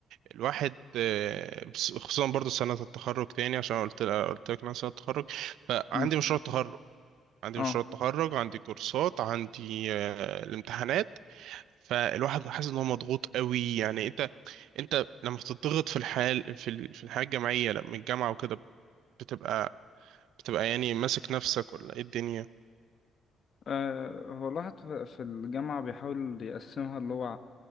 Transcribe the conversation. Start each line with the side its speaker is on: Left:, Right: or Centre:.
Right: الواحد آه، بس- خصوصا برضو سنه التخرج تاني عشان قلت قلت لك إن انا سنه التخرج فعندي
Left: مم.
Right: مشروع التخرج عندي
Left: اه
Right: مشروع التخرج عندي كورسات عندي آه، الامتحانات فالواحد حاسس ان هو مضغوط قوي يعني انت انت لما بتضغط في الحال في ال- في الحياه الجامعيه لما الجامعه وكده بتبقى بتبقى يعني ماسك نفسك ولا ايه الدنيا
Left: أه هو الواحد ف- في الجامعة بيحاول يقسمها اللي هو